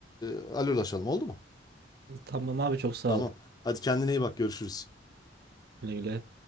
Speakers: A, on the left; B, on the right.
A: Ee, alırlaşalım oldu mu?
B: Tamam abi çok sağ
A: Tamam.
B: ol.
A: Hadi kendine iyi bak görüşürüz.
B: Güle güle.